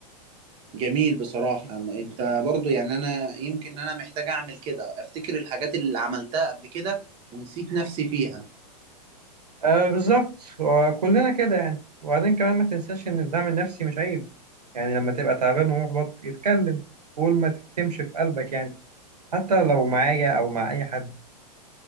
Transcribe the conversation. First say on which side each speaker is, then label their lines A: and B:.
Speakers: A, on the right (about 25°); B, on the right (about 70°).
A: جميل بصراحة ما انت برضو يعني انا يمكن انا محتاج اعمل كده افتكر الحاجات اللي عملتها قبل كده ونسيت نفسي فيها
B: آه بالظبط وكلنا كده يعني وبعدين كمان ما تنساش إن الدعم النفسي مش عيب يعني لما تبقى تعبان ومحبط اتكلم قول ما تكتمش في قلبك يعني حتى لو معايا أو مع أي حد